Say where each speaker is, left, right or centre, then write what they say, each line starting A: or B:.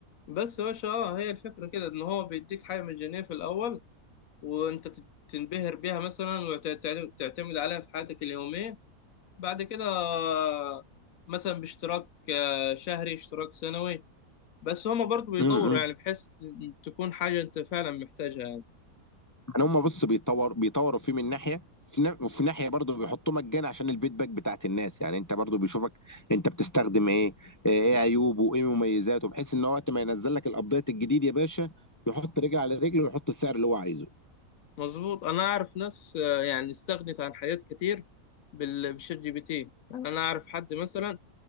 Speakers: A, on the left (about 70°); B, on the left (about 25°).
A: بس يا باشا اه هي الفكره كده ان هو بيديك حاجه مجانيه في الاول وانت تت- تنبهر بيها مثلا وتعتمد عليها في حياتك اليوميه بعد كده آه، مثلا باشتراك آه، شهري اشتراك سنوي بس هما برضو بيطوروا
B: امم
A: يعني بحيث تكون حاجه انت فعلا محتاجها يعني
B: يعني هم بص بيطور بيطوروا فيه من ناحيه في نا- وفي ناحيه برضه بيحطوه مجانا عشان الفيدباك بتاعت الناس يعني انت برضه بيشوفك انت بتستخدم ايه ايه عيوبه وايه مميزاته بحيث ان هو وقت ما ينزل لك الابديت الجديد يا باشا يحط رجل على رجل ويحط السعر اللي هو عايزه
A: مظبوط انا اعرف ناس آه، يعني استغنت عن حاجات كتير بال- بالشات جي بي تي يعني انا اعرف حد مثلا